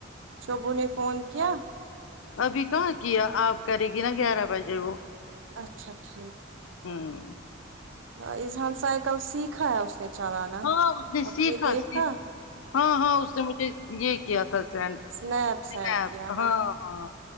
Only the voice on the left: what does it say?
ابھی کہاں کیا اب کرے گی نا گیارہ بجے وہ
ھمم
ہاں اس نے
سیکھا
سیکھ ہاں ہاں اس نے مجھے یہ کیا تھا
<unintelligible>
ہاں ہاں